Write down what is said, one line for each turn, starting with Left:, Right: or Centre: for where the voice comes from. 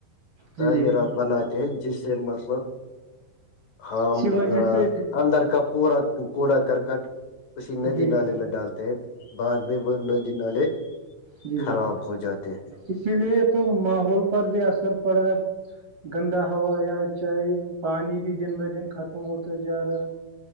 Right: جی
Left: تعمیرات
Right: جی
Left: بناتے ہیں جس سے مطلب ہاں
Right: اسی وجہ سے
Left: اندر کا پورا کوڑا کرکٹ اسی ندی
Right: جی جی
Left: نالے میں ڈالتے ہیں بعد میں وہ ندی نالے
Right: جی
Left: خراب
Right: جی
Left: ہو جاتے ہیں
Right: اسی لیے تو ماحول پر بھی اثر پڑا ہے گندا ہوا یا چاہے پانی بھی دن بہ دن ختم ہوتا جا رہا ہے